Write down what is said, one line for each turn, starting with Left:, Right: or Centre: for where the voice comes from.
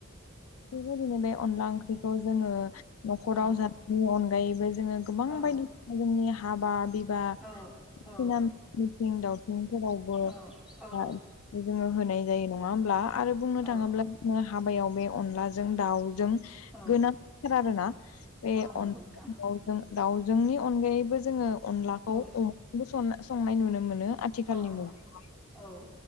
Left: बेबायदिनो बे अनला ओंख्रिखौ जोङो न'खराव
Centre: औ
Left: जा नि अनगायैबो जोङो गोबां
Centre: औ
Left: बायदि जोंनि हाबा बिब बा
Centre: औ औ
Left: सिना मिथिं दावथिंफोरावबो
Centre: औ
Left: बा
Centre: औ
Left: जोङो होनाय जायो नङा होमब्ला आरो बुंनो
Centre: औ
Left: थाङोब्ला जों हाबायाव बे अनलाजों दाउजों
Centre: औ
Left: गोनांथार आरोना बे
Centre: औ नंगौ
Left: अन
Centre: नोंथां
Left: दाउजों-दाउजोंनि अनगायैबो जोङो अनलाखौ
Centre: औ
Left: अमाजोंबो स-संनाय नुनो मोनो। आथिखालनि
Centre: औ
Left: मुगायावहाय
Centre: नंगौ औ